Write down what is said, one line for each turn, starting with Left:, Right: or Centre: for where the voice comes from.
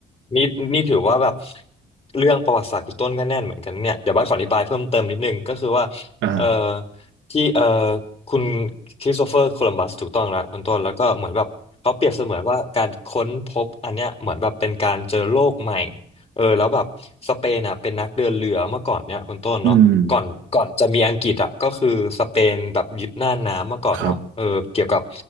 Left: นี่นี่ถือว่าแบบเรื่องประวัติศาสตร์คุณต้นก็แน่นเหมือนกันเนี่ยเดี๋ยวบ้านขออธิบายเพิ่มเติมนิดนึงก็คือว่า
Right: อ่า
Left: เอ่อที่เอ่อคุณคริสโตเฟอร์โคลัมบัสถูกต้องแล้วคุณต้นแล้วก็เหมือนแบบเขาเปรียบเสมือนว่าการค้นพบอันเนี้ยเหมือนแบบเป็นการเจอโลกใหม่เออแล้วแบบสเปนอ่ะเป็นนักเดินเรือเมื่อก่อนเนี่ยคุณต้นเนาะ
Right: อืม
Left: ก่อนก่อนจะมีอังกฤษอ่ะก็คือสเปนแบบยึดหน้าน้ำมาก่อนเนาะเออเกี่ยวกับ
Right: ครับ